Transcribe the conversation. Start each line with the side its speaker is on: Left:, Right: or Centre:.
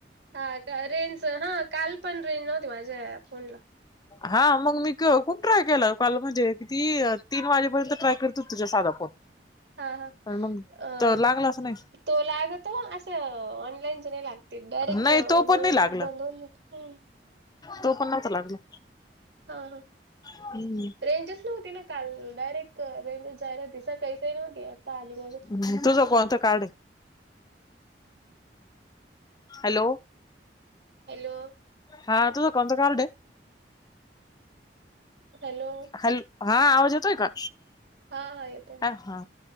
Right: हा का रेंज हा काल पण रेंज नव्हती माझ्या फोन ला.
Left: हा मग मी क खूप ट्राय केला काल म्हणजे किती तीन वाजेपर्यंत ट्राय करोत तुझ साधा फोन.
Right: हा,
Left: पण मग
Right: अम,
Left: तर लागलाच नाही
Right: तो लागतो असं ऑनलाईनचे नाही लाग ते डायरेक्ट
Left: नाही
Right: हे
Left: तो पण
Right: होत
Left: नाही लागला
Right: बंद होऊन जात, हम.
Left: तो कुणाचा लागला?
Right: हा हा.
Left: हम्.
Right: रेंजेस नव्हती ना काल डायरेक्ट रेंजेस जायला ते सकाळी काही नव्हती आता आली मग.
Left: हम्म तुझं कोणतं कार्ड आहे? हॅलो.
Right: हॅलो.
Left: हा तूझ कोणत कार्ड ये?
Right: हॅलो
Left: हॅल, हा आवाज होतोय का,
Right: हा हा येतोय
Left: ऐ हा.